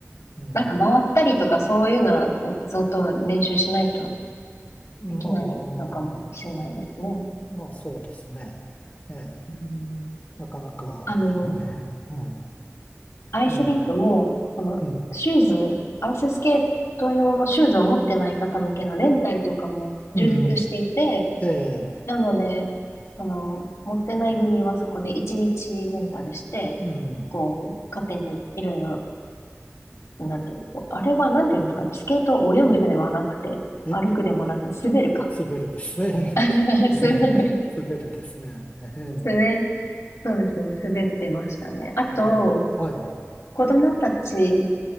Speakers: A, on the left; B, on the left.
A: うん。
B: なんか回ったりとかそういうのはうん相当練習しないと
A: まあ、
B: できないのかもしれないですね。
A: まあ、そうですね。ええ、
B: うん
A: なかなか、
B: あの、
A: <laughs> ね、はい。
B: アイスリンクも、
A: ええ、
B: その、
A: うん、
B: シューズ、アイススケート用のシューズを持ってない方向けのレンタルとかも充実していて、
A: うん、うんええ、
B: なので、その、持ってない組はそこで1日レンタルして、
A: うん。
B: こう、勝手にいろいろ、なんていう、こうあれはなんていうんですかね、スケートを泳ぐではなくて、
A: え、
B: 歩くでもなく、滑るか。
A: 滑るですね。
B: <laughs>
A: <laughs>
B: 滑る。
A: 滑るですね。<laughs> ええ
B: 滑、そうですね、滑ってましたね。あと、
A: ああ、はい。
B: 子供たち